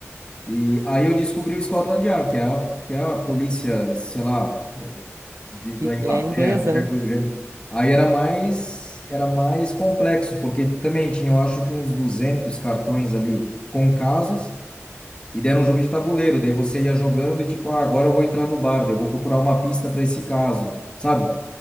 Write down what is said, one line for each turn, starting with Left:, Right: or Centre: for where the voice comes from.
Left: E aí eu descobri o Scotland Yard, que é a, que é a polícia, sei lá, de- da
Right: E-
Left: Inglaterra,
Right: É inglesa,
Left: qualquer
Right: né?
Left: coisa do gênero. Aí era mais, era mais complexo, porque também tinha, eu acho que uns 200 cartões ali com casos, E deram um jogo de tabuleiro, daí você ia jogando e tipo, ah, agora eu vou entrar no bar, daí eu vou procurar uma pista para esse caso, sabe?